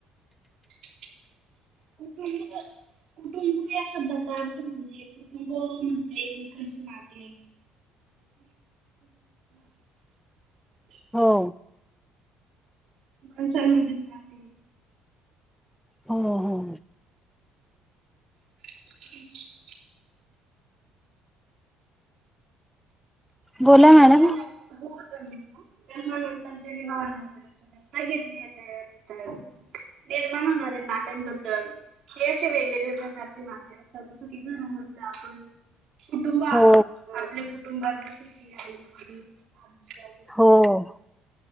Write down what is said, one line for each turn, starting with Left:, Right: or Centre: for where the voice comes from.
Right: <inaudible> कुटुंब या शब्दाचा अर्थ म्हणजे? कुटुंब म्हणजे एकमेकांची नाती <unintelligible>
Centre: हो.
Right: माणसल <unintelligible>
Centre: हो हो.
Right: <inaudible>
Centre: बोला
Right: बोला
Centre: मॅडम
Right: मॅडम <unintelligible> <unintelligible> हे असे वेगवेगळे प्रकारचे नाते असतात जसं की घरामधलं आपण कुटुंब आहोत.
Centre: हो
Right: आपल्या कुटुंबात जसे की आई वडील आजी आजोबा
Centre: हो हो